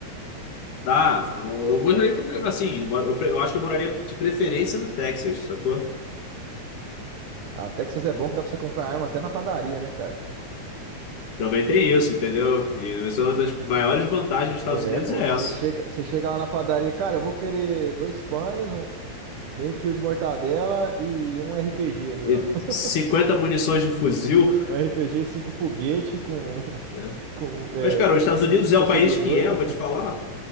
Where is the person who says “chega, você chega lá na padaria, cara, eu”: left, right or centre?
Right